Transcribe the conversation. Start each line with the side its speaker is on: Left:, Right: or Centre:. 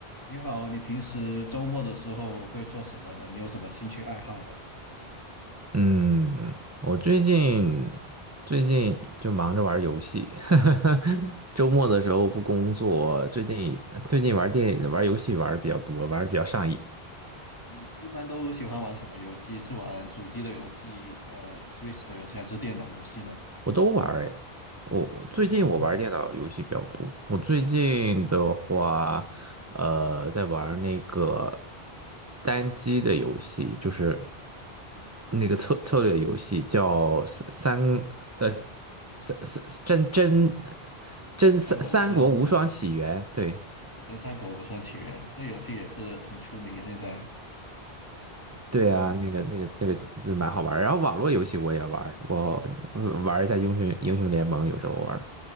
Left: 你好，你平时周末的时候会做什么呢？你有什么兴趣爱好吗？
Right: 嗯，我最近最近就忙着玩游戏，<laughs>
Left: 哦，
Right: 周末的时候不工作，最近最近玩电玩游戏玩的比较多，玩的比较上瘾。
Left: 嗯，一般都喜欢玩什么游戏？是玩主机的游戏，呃，Switch 的游戏，还是电脑游戏呢？
Right: 我都玩儿诶，我我最近我玩儿电脑游戏比较多。
Left: 哦，
Right: 我最近的话，呃，在玩儿那个单机的游戏，就是那个策策略游戏，叫三三呃三三真真真三三国无双起源。
Left: 《三国无双》啊，
Right: 对
Left: 哦，在《三国无双起源》这游戏也是很出名，现在。呃，
Right: 对啊，那个那个那个蛮好玩儿然后网络游戏我也玩儿，我呃玩儿一下英雄英雄联盟，有时候玩儿